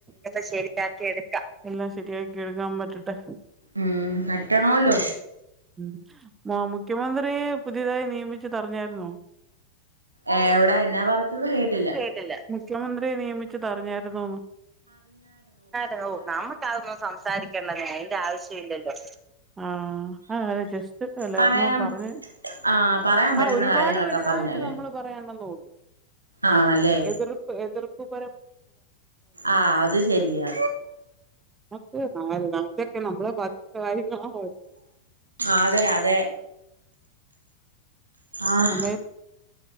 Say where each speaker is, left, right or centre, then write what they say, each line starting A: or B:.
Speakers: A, on the right; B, on the right.
A: എന്ന ശരിയാക്കി എടുക്കാം എല്ലാം ശരിയാക്കി യെടുക്കാൻ പറ്റട്ടെ
B: ഉം പറ്റണോല്ലോ
A: ഉം മ മുഖ്യമന്ത്രിയെ പുതിയതായി നിയമിച്ചത് അറിഞ്ഞായിരുന്നോ
B: ഏ എവിടാ എന്നാ പറിച്ചത് കേട്ടില്ല
A: ട്ടില്ല മുഖ്യമന്ത്രിയെ നിയമിച്ചത് അറിഞ്ഞാരുന്നോന്ന് അത ഓ നമുക്കതൊന്നും സംസാരിക്കണ്ടന്ന അതിന്റെ ആവശ്യം ഇല്ലല്ലോ ആഹ് ആഹ് ജസ്റ്റ് ഹലോ
B: പറയാം
A: പറഞ്ഞ്.
B: ആഹ് പറയാൻ പറ്റുന്ന
A: ആഹ് ഒരുപാട്
B: കാര്യങ്ങളൊക്കെ
A: വലുതായിട്ട്
B: പറഞ്ഞല്ലേ
A: നമ്മള് പറയണ്ടെന്നെ ഉള്ളൂ.
B: ആണല്ലേ
A: എതിർപ്പ് എതിർപ്പ് പറ
B: ആഹ് അത് ശരിയാ.
A: <unintelligible>
B: അതെ അതെ ആഹ്.
A: സമയത്ത്